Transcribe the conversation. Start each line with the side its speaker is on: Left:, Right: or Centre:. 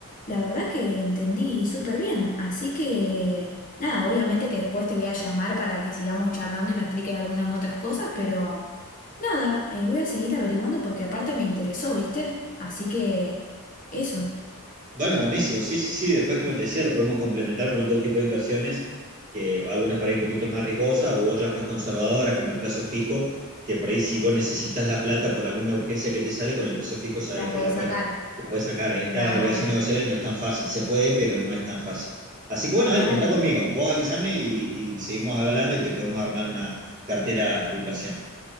Left: la verdad que entendí súper bien. Así que nada, obviamente que después te voy a llamar para que sigamos charlando y me expliques algunas otras cosas, pero nada, eh, voy a seguir averiguando porque aparte me interesó, ¿viste? Así que eso,
Right: Bueno, buenísimo. Sí, sí, sí. Después, como te decía, lo podemos complementar con otro tipo de inversiones, que algunas por ahí un poquito más riesgosas u otras más conservadoras, como el plazo fijo, que por ahí si vos necesitas la plata por alguna urgencia que te sale, con el plazo fijo sabes
Left: la
Right: que
Left: podés
Right: la puedes,
Left: sacar.
Right: la puedes sacar. Esta
Left: Claro.
Right: obligación negociable no es tan fácil. Se puede, pero no es tan fácil. Así que bueno,
Left: Dale,
Right: dale, contá
Left: dale.
Right: conmigo. Vos avísame y, y seguimos hablando y te podemos armar una cartera de inversión.